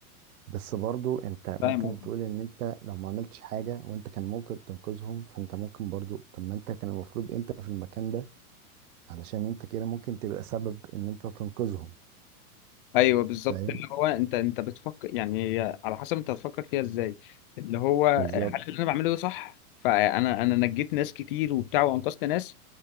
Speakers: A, on the right (about 75°); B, on the left (about 40°).
A: بس برضو انت ممكن
B: فاهم قصدي؟
A: تقول ان انت لو ما عملتش حاجة وانت كان ممكن تنقذهم فانت ممكن برضو طب ما انت كان المفروض انت في المكان ده علشان انت كده ممكن تبقى سبب ان انت تنقذهم
B: ايوه بالظبط
A: فاهم
B: اللي هو انت انت بتفكر يعني هي على حسب انت هتفكر فيها ازاي اللي هو آه،
A: بالظبط
B: هل اللي انا بعمله ده صح؟ فانا انا نجيت ناس كتير وبتاع وانقذت ناس